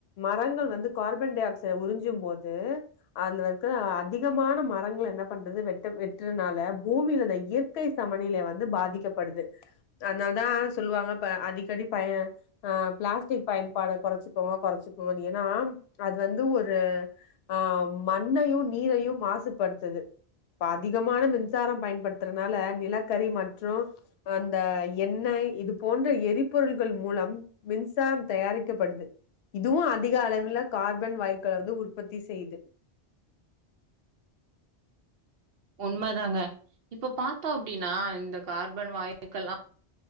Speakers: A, on the left; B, on the right.
A: மரங்கள் வந்து கார்பன் டை ஆக்சைடு உறிஞ்ச <unintelligible> போது அதுல இருக்கற அதிகமான மரங்கள என்ன பண்றது வெட்ட வெட்டுறனால பூமியில இயற்கை சமநிலை வந்து பாதிக்கப்படுது அதனாலதா சொல்லுவாங்க இப்ப அடிக்கடி ப ஆ பிளாஸ்டிக் பயன்பாட கொறச்சிக்குவோ கொறச்சுக்குவோன்னு ஏன்னா அது வந்து ஒரு து ஆ மண்ணையு நீரையு மாசுபடுத்துது இப்ப அதிகமான மின்சாரோ பயன்படுத்துறனால நிலக்கரி மற்றும் அந்த எண்ணெய் இது போன்ற எரிபொருள்கள் மூலம் மின்சாரம் தயாரிக்கப்படுது இதுவு அதிக அளவில் கார்பன் வாயுக் <unintelligible> உற்பத்தி செய்து
B: உண்மைதாங்க இப்ப பாத்தோ அப்டின்னா இந்த கார்பன் வாயுக்கெல்லா